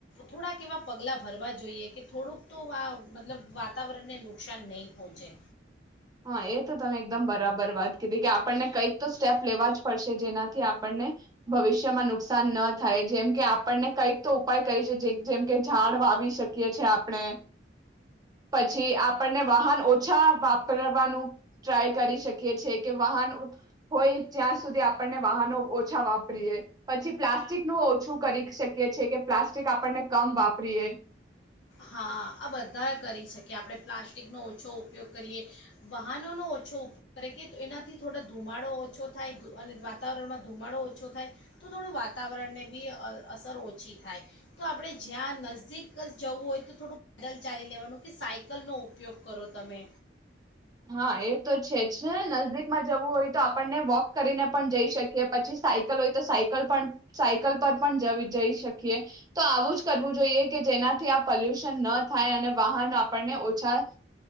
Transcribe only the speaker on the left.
થોડાક એવા પગલા ભરવા જોઈએ કે થોડુંક તો આ મતલબ વાતાવરણને નુકસાન નહીં પહોંચે.
હા આ બધા કરી શકીએ આપણે પ્લાસ્ટિકનો ઓછો ઉપયોગ કરીએ, વાહનોનો ઓછો ઉપયોગ કરીએ કે તો એનાથી થોડો ધુમાડો ઓછો થાય અને વાતાવરણમાં ધુમાડો ઓછો થાય તો થોડું વાતાવરણને બી અ અસર ઓછી થાય તો આપણે જ્યાં નઝદીક જ જવું હોય થોડું પેદલ ચાલી લેવાનું કે સાયકલનો ઉપયોગ કરો તમે.